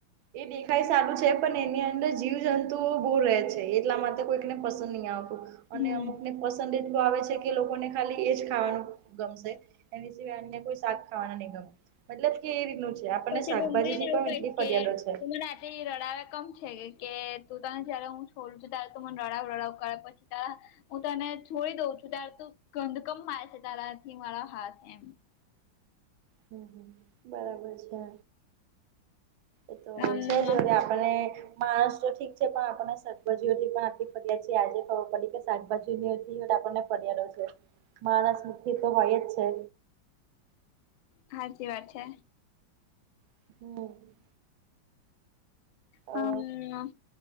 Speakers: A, on the right; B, on the left.
A: એ દેખાય સારું છે પણ એની અંદર જીવ જંતુઓ બહુ રહે છે એટલા માટે કોઈકને પસંદ નહીં આવતું. અને
B: હમ
A: અમુક ને પસંદ એ આવે છે કે લોકોને ખાલી એજ ખાવાનું ગમશે. એની સિવાય અનને કોઈ શાક ખાવાના નહીં ગમે. મતલબ કે એ રીતનું છે આપણને
B: પછી
A: શાકભાજી
B: ડુંગળીને
A: ની
B: એવું
A: પણ
B: કહીશ
A: એટલી ફરિયાદો
B: કે
A: છે.
B: તું મને રડાવે કમ છે કે તું તને જયારે હું છોડું છું ત્યારે તું મને રડાવ રડાવ કરે પછી ત હું તને છોડી દઉં છું ત્યારે ત ગંદકમ મારે છે તારાથી મારા હાથ એમ.
A: હમ હ બરાબર છે, એતો
B: અમ
A: છે જ વધ અને માણસ તો ઠીક છે પણ આપણને શાકભાજીઓથી પણ આટલી ફરિયાદ છે આજે ખબર પડી કે શાકભાજી ની આપણને છે, માણસ મુથી તો હોય જ છે.
B: સાચી વાત છે.
A: હમ.
B: હમ
A: અ